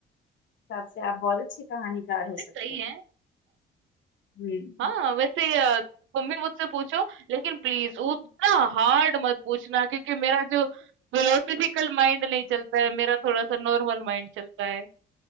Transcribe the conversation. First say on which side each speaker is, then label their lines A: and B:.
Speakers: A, on the left; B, on the right.
A: हिसाब से आप बहुत अच्छे कहानीकार
B: <laughs>
A: हो सकते
B: सही
A: हो
B: है।
A: हम्म
B: हाँ, वैसे अ, तुम भी मुझसे पूछो लेकिन प्लीज़ उतना हार्ड मत पूछना क्योंकि मेरा जो फिलोसॉफिकल माइंड नहीं चलता है, मेरा थोड़ा-सा नॉर्मल माइंड चलता है।